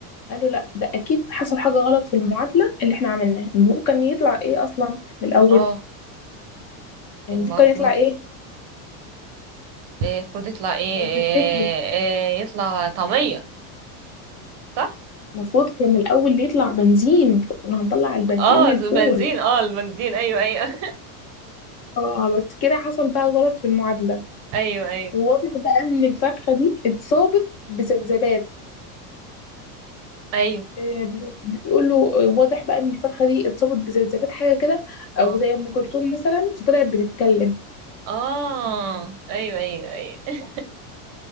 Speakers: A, on the left; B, on the right.
A: قال له لا ده اكيد حصل حاجه غلط في المعادله اللي احنا عملناها المفروض كان يطلع ايه اصلا من الاول
B: اه
A: المفروض
B: المفروض
A: كان يطلع ايه
B: المفروض يطلع ايه,
A: لو
B: إيه,
A: تفتكري
B: إيه يطلع طعمية صح
A: المفروض كان الاول يطلع بنزين كنا هنطلع البنزين
B: اه
A: من الفول
B: ز- بنزين اه البنزين ايوه ايوه
A: اه بس كده حصل بقى غلط في المعادله
B: <laughs> ايوه ايوه
A: وواضح بقى ان الفرخه دي اتصابت بذبذبات
B: ايوه
A: آه، بت- بتقول له آه، واضح بقى ان الفرخه دي اتصابت بذبذبات حاجه كده او
B: اه
A: زي ام كلثوم مثلا فطلعت بتتكلم
B: اه ايوه ايوه ايوه <laughs>